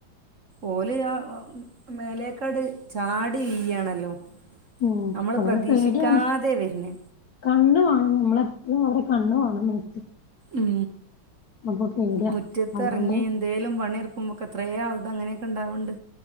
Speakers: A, on the right; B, on the left.
A: ഓല് ആ ഉം മേലേക്കട് ചാടി വീയാണല്ലോ
B: ഉം
A: നമ്മള്
B: അങ്ങനെ
A: പ്രതീക്ഷിക്കാതെ
B: പേടിയാണ്
A: വെരുന്നെ
B: കണ്ണ് വാണം നമ്മള് എപ്പളും അവരെ കണ്ണ് വേണം മേത്ത്
A: ഉം
B: അപ്പൊ പേടിയാ
A: മുറ്റത്ത്
B: അതുകൊണ്ട്
A: എറങ്ങിയ എന്ത് എന്തേലും പണി എടുക്കുമ്പോ ഒക്കെ എത്രയോ ആൾത് അങ്ങനെയൊക്കെയിണ്ടാവുണ്ട്